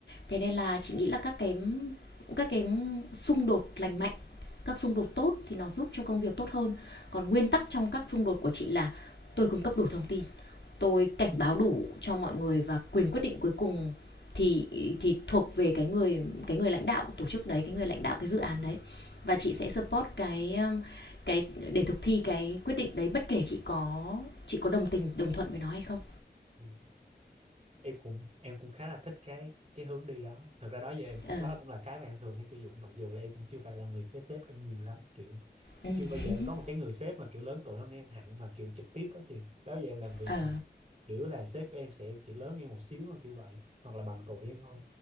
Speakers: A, on the left; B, on the right.
A: Thế nên là chị nghĩ là các cái các cái xung đột lành mạnh các xung đột tốt thì nó giúp cho công việc tốt hơn còn nguyên tắc trong các xung đột của chị là tôi cung cấp đủ thông tin tôi cảnh báo đủ cho mọi người và quyền quyết định cuối cùng thì thì thuộc về cái người cái người lãnh đạo tổ chức đấy cái người lãnh đạo cái dự án đấy và chị sẽ support cái cái để thực thi cái quyết định đấy bất kể chị có chị có đồng tình đồng thuận với nó hay không
B: ừ. em cũng em cũng khá là thích cái cái hướng đi đó thật ra đó giờ em cũng
A: ờ
B: đó cũng là cái mà em thường hay sử dụng mặc dù là em cũng chưa phải làm việc với sếp em nhiều lắm kiểu
A: ừ.
B: chưa bao giờ em
A: <laughs>
B: có một cái người sếp mà kiểu lớn tuổi hơn em hẳn mà kiểu trực tiếp đó chị đó giờ em làm việc
A: ờ
B: thì kiểu là sếp của em sẽ kiểu lớn em một xíu thôi kiểu vậy hoặc là bằng tuổi em thôi